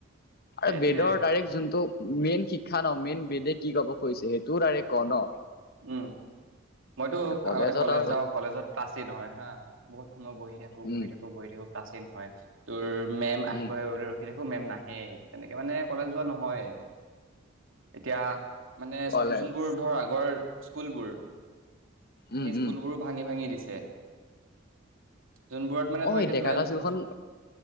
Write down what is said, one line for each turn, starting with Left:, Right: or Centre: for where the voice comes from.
Right: সেইটোৱে
Left: আৰু বেদৰ তাৰিখ যোনটো, মেইন শিক্ষা ন মেইন বেদে কি কব খুজিছে, সেইটোও ডৰেক'ত। ক' ন।
Right: উম মইতো
Left: কলেজত
Right: আগতে কলেজ
Left: আৰু
Right: যাওঁ কলেজত ক্লাছেই নহয় হা বহুত সময় বহি থাকো বহি
Left: উম
Right: থাকো বহি থাকো। ক্লাছেই তোৰ মেম আহিব
Left: উম
Right: আহিব বুলি ৰখি থাকো। মেম নাহেই তেনেকে মানে কলেজ যোৱা নহয় এতিয়া মানে
Left: কলেজ
Right: যোনবোৰ ধৰ আগৰ, স্কুলবোৰ।
Left: উম
Right: সেই স্কুলবোৰো
Left: উম
Right: ভাঙি ভাঙি দিছে। টে যোনবোৰত মানে
Left: অ
Right: ধৰ
Left: এই
Right: এ
Left: ডেকা
Right: টোৱেলভ
Left: কাচুখন